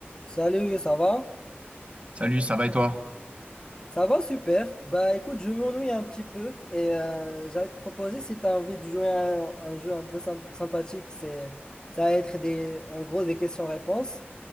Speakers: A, on the left; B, on the right.
A: Salut, ça va?
B: Salut, ça va et toi?
A: Ça va super. Bah écoute, je m'ennuie un petit peu et euh, j'allais te proposer si tu as envie de jouer à un, un jeu un peu symp- sympathique, c'est ça va être des en gros des questions-réponses